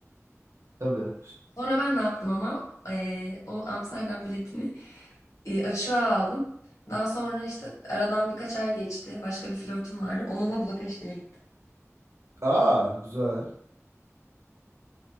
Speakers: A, on the right; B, on the left.
A: Tabii.
B: Sonra ben ne yaptım ama eee, o Amsterdam biletimi eee, açığa aldım. Daha sonra işte aradan birkaç ay geçti. Başka bir flörtüm vardı. Onunla Budapeşte'ye gittim.
A: Aa güzel.